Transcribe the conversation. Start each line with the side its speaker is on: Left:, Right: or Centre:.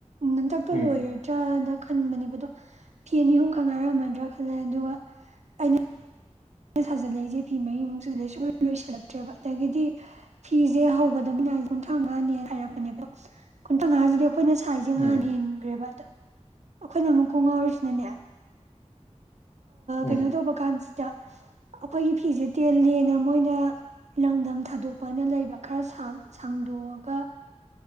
Right: <unintelligible>
Left: ꯎꯝ
Right: ꯂꯣꯏꯔꯗ꯭ꯔ ꯈꯟꯕꯅꯦꯕꯗꯣ ꯐꯤ ꯑꯅꯤ ꯑꯍꯨꯝ ꯈꯛ ꯉꯥꯏꯔꯝꯃꯗ꯭ꯔꯥ ꯈꯜꯂꯦ ꯑꯗꯨꯒ ꯑꯩꯅ ꯁꯥꯖꯤꯜꯂꯛꯏꯁꯦ ꯐꯤ ꯃꯔꯤꯃꯨꯛ ꯁꯨꯜꯂꯦ ꯁ ꯂꯣꯏꯁꯤꯜꯂꯛꯇ꯭ꯔꯦꯕ ꯑꯗꯒꯤꯗꯤ ꯐꯤꯁꯦ ꯍꯧꯕꯗꯃꯤꯅ ꯀꯨꯟꯊ꯭ꯔꯥ ꯃꯉꯥꯅꯦꯅ ꯍꯥꯏꯔꯛꯄꯅꯦꯕ ꯀꯨꯟꯊ꯭ꯔꯥꯉꯁꯤꯗꯤ ꯑꯩꯈꯣꯏꯅ ꯁꯥꯏꯖꯁꯦ ꯉꯍꯥꯟ
Left: ꯎꯝ
Right: ꯍꯦꯟꯈ꯭ꯔꯦꯕ ꯑꯗ ꯑꯩꯈꯣꯏꯅ ꯑꯃꯨꯛꯀꯣꯡ ꯉꯥꯎꯔꯤꯁꯤꯅꯅꯦ ꯑ
Left: ꯎꯝ
Right: ꯀꯩꯅꯣ ꯇꯧꯕ ꯀꯥꯟꯁꯦ ꯑꯩꯈꯣꯏꯒꯤ ꯐꯤꯁꯦ ꯇꯦꯜꯂꯦꯅ ꯃꯣꯏꯅ ꯂꯪꯗꯝ ꯊꯥꯗꯣꯛꯄꯅ ꯂꯩꯕ ꯈꯔꯥꯡ ꯁꯥꯡꯗꯣꯛꯑꯒ